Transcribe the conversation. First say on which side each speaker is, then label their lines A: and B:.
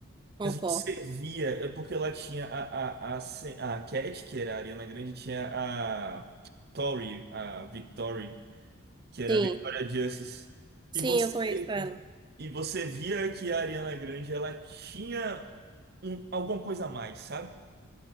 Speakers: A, on the right (about 20°); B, on the right (about 50°).
A: Concordo.
B: Servia, é porque lá tinha a, a, a, Ce- a Cat, que era a Ariana Grande, tinha a Tori, a Victory, que era
A: Sim,
B: a Victoria Justice.
A: sim,
B: E você,
A: eu conheço ela.
B: e você via que a Ariana Grande, ela tinha um, alguma coisa a mais, sabe?